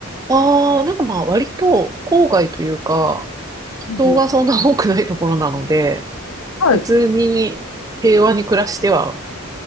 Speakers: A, on the right; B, on the left.
A: ああ、なんかまあ割と郊外というか、人がそんな多くないところなので、
B: うんうんはい。
A: 普通に平和に暮らしては